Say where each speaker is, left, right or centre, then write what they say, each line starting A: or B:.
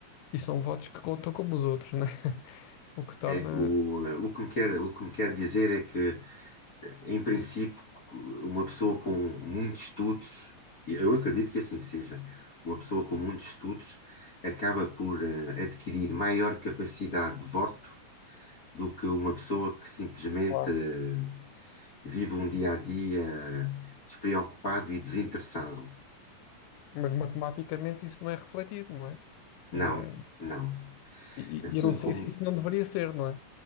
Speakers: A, on the left; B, on the left.
A: e são votos que contam como os outros, não é? <laughs> O que torna.
B: é, o, o que me quer, o que me quer dizer é que em princípio, uma pessoa com muitos estudos, e eu acredito que assim seja, uma pessoa com muitos estudos acaba por eh, adquirir maior capacidade de voto do que uma pessoa que simplesmente
A: Claro.
B: eh, vive um dia a dia eh, despreocupado e desinteressado.
A: Mas matematicamente isso não é refletido, não é?
B: Não,
A: É,
B: não.
A: E,
B: Assim
A: e eu não sei
B: como,
A: se isso não deveria ser, não é?